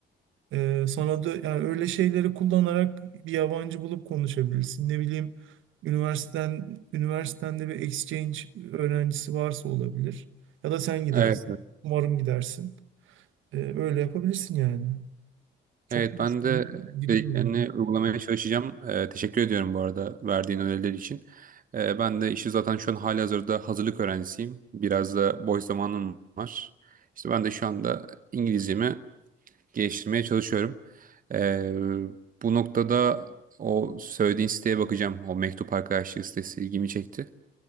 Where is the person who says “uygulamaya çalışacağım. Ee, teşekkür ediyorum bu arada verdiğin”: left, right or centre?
Right